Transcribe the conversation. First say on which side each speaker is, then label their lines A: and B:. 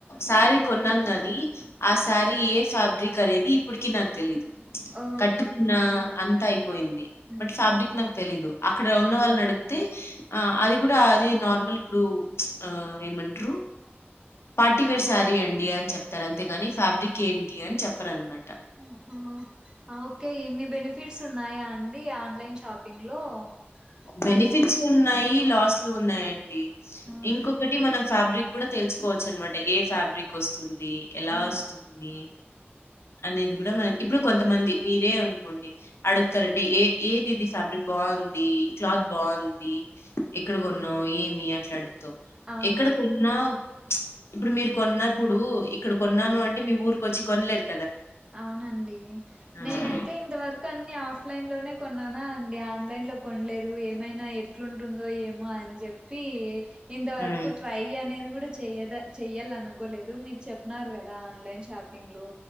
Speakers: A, on the left; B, on the right.
A: సారీ కొన్నాను అని ఆ సారీ ఏ ఫాబ్రిక్ అనేది ఇప్పటికి నాకు తెలీదు
B: ఓ
A: కట్కున్నా అంతాయి పోయింది
B: మ్మ్
A: బట్ ఫాబ్రిక్ నాకు తెలీదు అక్కడ ఉన్న వాళ్ళు అడిగితే ఆ అది కూడా అది నార్మల్ ఇప్పుడు ఏమంటారు పార్టీవేర్ శారీ అండి అని చెప్తారు అంతేకాని ఫ్యాబ్రిక్ ఏంటి అని చెప్పారు అనమాట
B: ఆహో ఓకే ఎన్ని బెనిఫిట్స్ ఉన్నాయా అండి ఆన్లైన్ షాపింగ్ లో
A: బెనిఫిట్స్
B: నాకు
A: ఉన్నాయి న్ని లాస్లు ఉన్నాయండి
B: ఆ
A: ఇంకొకటి మనం ఫాబ్రిక్ కూడా తెలుసుకోవచ్చు అనమాట ఏ ఫ్యాబ్రిక్ వస్తుంది ఎలా
B: ఆ
A: వస్తుంది అనేది కూడా మనకి ఇప్పుడు కొంతమంది మీరే అ ండి అడుగుతారండి ఏ ఏ ఇది ఫ్యాబ్రిక్ బాగుంది క్లాత్ బాగుంది ఎక్కడ కొన్నావు ఏమి అట్లా అడు తో
B: అవును
A: ఎక్కడ కొన్నావ్ ఇప్పుడు మీరు కొన్నప్పుడు ఇక్కడ కొన్నాను అంటే మీ ఊరికు వచ్చి కొనలేర్
B: అవునండి
A: అవును.
B: నేనైతే ఇంతవరకు అన్ని ఆఫ్ ఫ్లైన్లోనే కొన్నానా అండి ఆన్లైన్లో కొనలేదు ఏమైనా ఎట్లుంటుందో ఏమో అని చెప్పి ఇంతవరకు
A: హ్మ్.
B: ట్రై అనేది కూడా చెయద చెయ్యాలనుకోలేదు మీరు చెప్పన్నారు కదా ఆన్లైన్ షాపింగ్లు